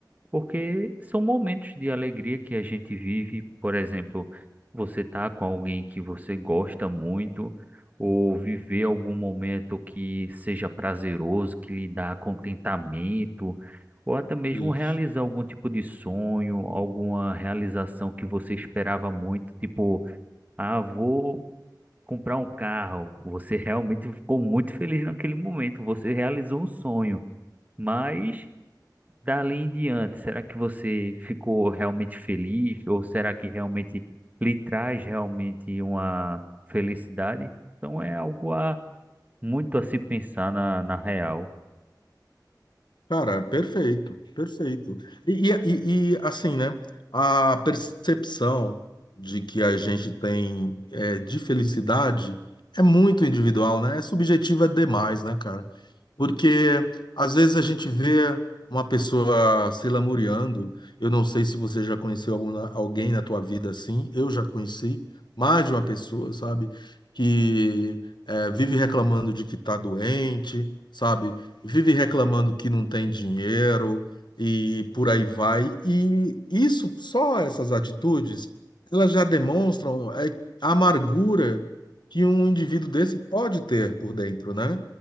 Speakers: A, on the right; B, on the left.
A: Porque são momentos de alegria que a gente vive, por exemplo, você tá com alguém que você gosta muito, ou viver algum momento que seja prazeroso, que lhe dá contentamento, ou até mesmo
B: Isso.
A: realizar algum tipo de sonho, alguma realização que você esperava muito, tipo, ah, vou comprar um carro. Você realmente ficou muito feliz naquele momento, você realizou um sonho, mas Dali em diante, será que você ficou realmente feliz? Ou será que realmente lhe traz realmente uma felicidade? Então é algo a muito a se pensar na, na real.
B: Cara, perfeito, perfeito. E, e, e- e, assim, né? A percepção de que a gente tem é, de felicidade é muito individual, né? É subjetiva demais, né, cara? Porque às vezes a gente vê uma pessoa se lamuriando. Eu não sei se você já conheceu alguma, alguém na tua vida assim. Eu já conheci mais de uma pessoa, sabe? Que eh, vive reclamando de que está doente, sabe? Vive reclamando que não tem dinheiro e por aí vai. E isso, só essas atitudes, elas já demonstram eh, a amargura que um indivíduo desse pode ter por dentro, né?